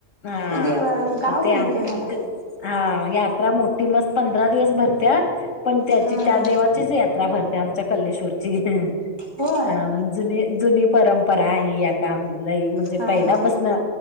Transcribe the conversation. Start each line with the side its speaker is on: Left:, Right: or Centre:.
Left: हा
Right: ते दे अं गाव
Left: मग ते आम
Right: माहित्येय मला.
Left: ते हा यात्रा मोठी मस पंधरा दिवस भरत्या पण त्याची
Right: हा
Left: त्या
Right: हा
Left: देवाचीच यात्रा भर त्या आमच्या कल्लेश्वरची हं.
Right: हो.
Left: अं जुनी जुनी परंपरा हाय ही आता लई म्हणजे
Right: हा
Left: पहिल्यापस्न
Right: हा